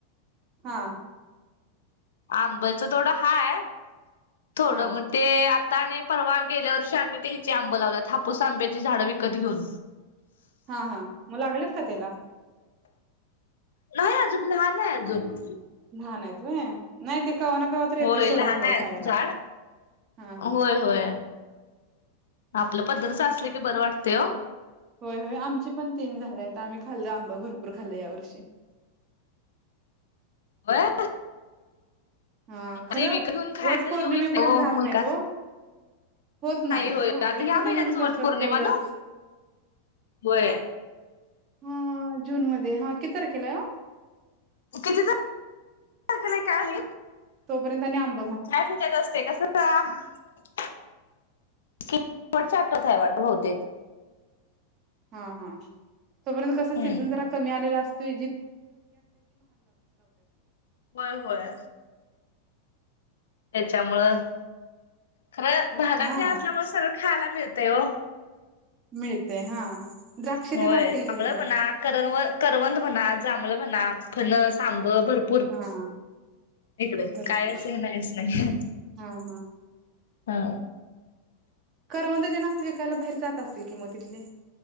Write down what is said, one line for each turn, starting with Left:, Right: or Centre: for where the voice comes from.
Right: हा.
Left: आंब्याचं थोडं हाय थोडं
Right: हा.
Left: मगं ते आता आणि परवा गेल्यावर वर्षी आंब लावल्यात, हापूस आंब्याची झाड विकत घेऊन.
Right: हा हा मगं लागल्यात का त त्याला?
Left: नाही अजून लहान आहे अजून.
Right: लहान आहेत होय? नाही ते- कवा ना कवा तर येते
Left: होय
Right: सोडा
Left: लहान
Right: फळ
Left: आहे
Right: खायला
Left: झाड
Right: हा हा
Left: होय होय. आपलं पद्धरचं असल की बरं वाटतय हो,
Right: होय होय आमचे पण तीन झाले आहेत. आम्ही खाल्लो आंब भरपूर खाल्ल या वर्षी
Left: होय.
Right: हा खरं
Left: ते विकत घेऊन खायचं
Right: वटपौर्णिमेपर्यंत
Left: हे होईत नाही ओ
Right: राहत
Left: मुलकाच
Right: नाहीत ओ होत नाही
Left: होय
Right: ह
Left: आता
Right: विकत
Left: ह्या महिन्यातच
Right: घेऊन कस
Left: वट पौर्णिमा
Right: तेवढच
Left: ना होय
Right: हा. हा किती तारखेळा हाय ओ?
Left: किती तारखेळा आहे काय माहित.
Right: तोपर्यंत <inaudible>
Left: <unintelligible> <inaudible>
Right: हा हा. तोपर्यंत कस
Left: हम्म
Right: सीझन जरा कमी आलेला असत <inaudible>
Left: होय होय. त्याच्यामुळं. खरं भागाात
Right: हा
Left: असल्यामुळे सगळं खायला मिळत ते ओ.
Right: मिळतयं हा. द्राक्ष
Left: होय
Right: तेन असतील
Left: जांभळं
Right: की तिकडं
Left: म्हणा, कर करवंद म्हणा, जांभळे म्हणा, फणस, तांब भरपूर
Right: हा
Left: इकडे
Right: भरपूर
Left: काय हे नाहीच नाही असं नाही.
Right: हा हा
Left: हा.
Right: करवंद त्यांना असं विकायला बाहेर जात असतील कि मगं तिथली?